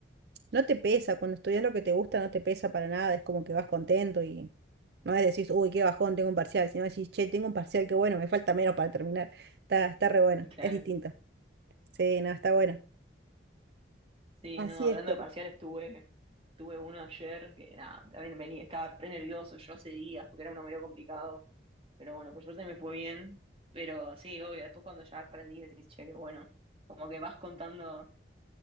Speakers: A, on the right; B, on the right.
A: No te pesa, cuando estudias lo que te gusta no te pesa para nada, es como que vas contento y no es decir, uy, qué bajón, tengo un parcial, sino decís, che, tengo un parcial, qué bueno, me falta menos para terminar. Está, está re bueno,
B: <laughs> Claro.
A: es distinto. Sí, no, está bueno.
B: Sí,
A: Así
B: no, hablando
A: es, Cori.
B: de parciales, tuve, tuve uno ayer que nada, también venía, estaba re nervioso yo hace días porque era uno medio complicado, pero bueno, por suerte me fue bien, pero sí, obvio, después cuando ya aprendí decís, che, qué bueno, como que vas contando,